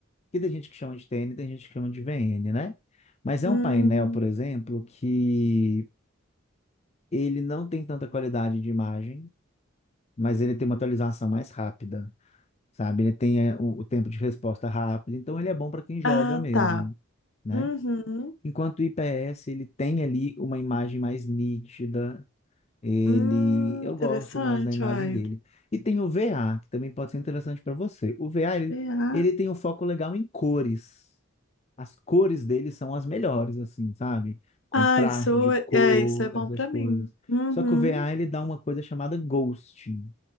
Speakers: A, on the left; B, on the left.
A: que tem gente que chama de TN, tem gente que chama de VN, né? Mas
B: hum,
A: é um painel, por exemplo, que ele não tem tanta qualidade de imagem, mas ele tem uma atualização mais rápida, sabe? Ele tem é, o, o tempo de resposta rápido, então ele é bom para quem joga
B: ah,
A: mesmo,
B: tá.
A: né?
B: Uhum.
A: Enquanto o IPS, ele tem ali uma imagem mais nítida, ele,
B: Hum,
A: eu
B: interessante,
A: gosto mais da imagem
B: olha.
A: dele. E tem o VA, que também pode ser interessante para você. O VA, ele,
B: É,
A: ele tem um foco legal em cores. As cores dele são as melhores, assim, sabe? Contraste
B: Ah, isso
A: de
B: é,
A: cor,
B: é, isso é bom
A: essas
B: pra
A: coisas.
B: mim. Uhum.
A: Só que o VA, ele dá uma coisa chamada ghosting